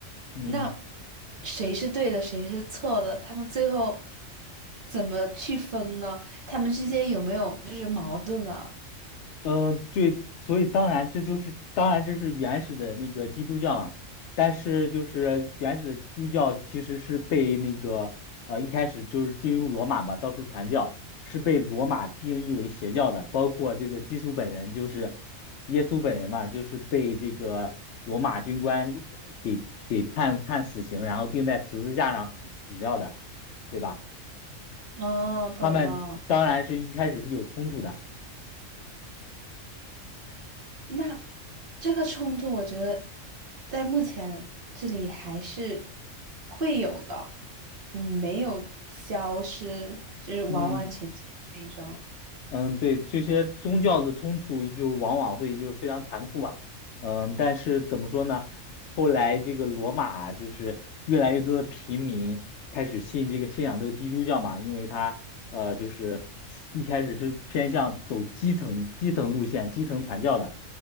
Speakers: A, on the left; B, on the right.
A: 嗯。
B: 那谁是对的，谁是错的？他们最后怎么去分呢？他们之间有没有就是矛盾啊？
A: 嗯，对，所以当然这就是当然这是原始的那个基督教嘛，但是就是原始的基督教其实是被那个呃一开始就是进入罗马嘛，到处传教，是被罗马定义为邪教的，包括这个基督本人就是耶稣本人嘛，就是被这个罗马军官给给判判死刑，然后钉在十字架上死死掉的，对吧？
B: 哦，
A: 他们当然是一开始是有冲突的，
B: 懂了。那这个冲突，我觉得在目前这里还是会有的，嗯没有消失，就是完完全全的那种。
A: 嗯。嗯，对，这些宗教的冲突就往往会就是非常残酷嘛。嗯，但是怎么说呢？后来这个罗马就是越来越多的平民开始信这个信仰这个基督教嘛，因为它呃就是一开始是偏向走基层基层路线、基层传教的。